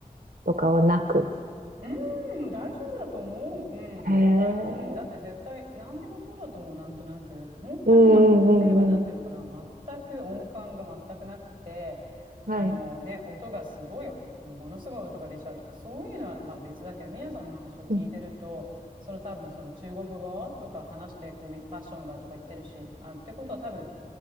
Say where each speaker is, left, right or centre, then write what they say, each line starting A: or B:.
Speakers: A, on the right; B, on the right.
A: とかはなく。
B: うーん、大丈夫だと思う。うん。
A: へえ。
B: だうん。だって絶対、何でもそうだと思う、なんとなく。本当に、
A: うんうんうんうん。
B: まあ、例えば、なんていうのかな、全く音感が全くなくて、
A: はい。
B: あのね、音がすごい、ものすごい音が出ちゃうとか、そういうのは、まあ、別だけど、皆さんの話を聞いてると、
A: うん
B: その多分、その中国語とか話してコミ、パッションがとか言ってるし、あ、ってことは多分、